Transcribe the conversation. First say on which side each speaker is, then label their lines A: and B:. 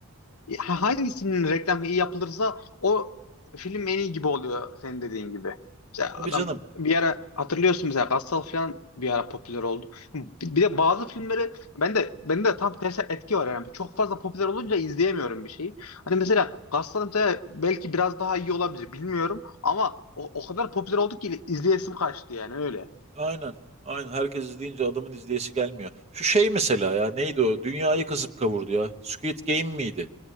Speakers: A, on the left; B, on the right.
A: e, Ha- Hangisinin reklamı iyi yapılırsa o film en iyi gibi oluyor senin dediğin gibi. İşte adam
B: Tabii canım.
A: bir ara hatırlıyorsun mesela Gassal falan bir ara popüler oldu. Bir bir de bazı filmleri ben de ben de tam tersi etki var yani. Çok fazla popüler olunca izleyemiyorum bir şeyi. Hani mesela Gassal mesela belki biraz daha iyi olabilir bilmiyorum ama o, o kadar popüler oldu ki izleyesim kaçtı yani öyle.
B: Aynen. Aynen. Herkes izleyince adamın izleyesi gelmiyor. Şu şey mesela ya neydi o? Dünyayı kasıp kavurdu ya. Squid Game miydi?